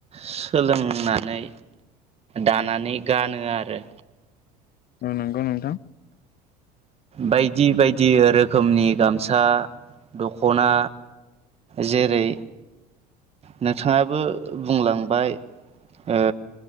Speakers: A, on the right; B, on the left.
A: सोलोंनानै दानानै गानो आरो
B: औ नंगौ नोंथां
A: बायदि बायदि रोखोमनि गामसा दख'ना जेरै नोंथाङाबो बुंलांबाय ओ